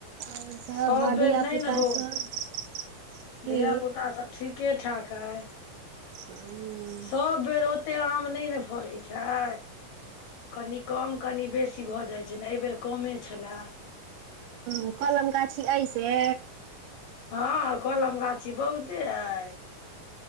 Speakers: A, on the right (about 70°); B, on the left (about 70°).
A: आओर सभ
B: सब बेर
A: धियापुता
B: नहि ने बौ
A: सब की
B: धिया पुता सब ठीके ठाक है
A: हूँ
B: सब बेर ओ ओते आम नहि ने फड़ै छै। कनि कम कनी बेसी भऽ जाइत छै ने एहिबेर कमे छले।
A: ओ कलम गाछी अइसे।
B: हँ कलम गाछी बहुते हय।